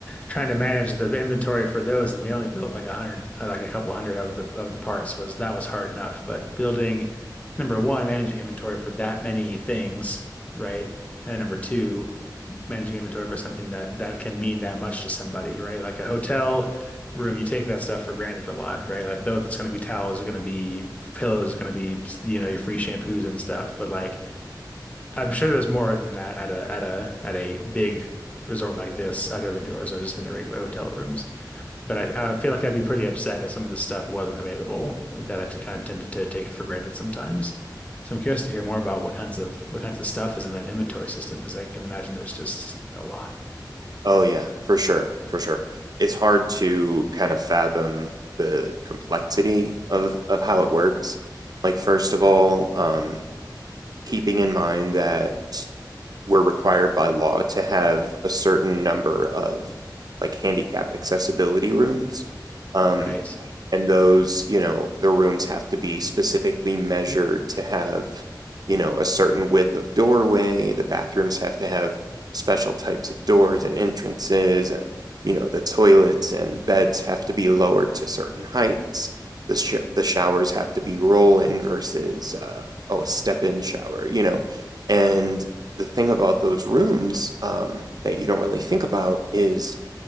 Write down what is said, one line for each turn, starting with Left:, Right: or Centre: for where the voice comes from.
Left: trying to manage the inventory for those and we only built like a hundred uh, like a couple hundred of the of the parts was that was hard enough but building number one managing inventory for that many things right and then number two managing inventory for something that that can mean that much to somebody, right? Like a hotel room, you take that stuff for granted a lot, right? Like though it's going to be towels, it's going to be pillows, it's going to be you know your free shampoos and stuff, but like I'm sure there's more than that at a at a at a big resort like this. I've never been to a resort, I've just been to regular hotel rooms. But I, I feel like I'd be pretty upset if some of this stuff wasn't available that I t kind of tended to take for granted sometimes. So I'm curious to hear more about what kinds of what kinds of stuff is in that inventory system because I can imagine there's just a lot.
Right: Oh yeah, for sure, for sure. It's hard to kind of fathom the complexity of of how it works. Like first of all, um, keeping in mind that we're required by law to have a certain number of like handicapped accessibility rooms. Um,
Left: Right.
Right: and those you know the rooms have to be specifically measured to have you know a certain width of doorway the bathrooms have to have special types of doors and entrances and you know the toilets and beds have to be lowered to certain heights the sh- the showers have to be roll in versus uh, oh a step in shower you know and the thing about those rooms um, that you don't really think about is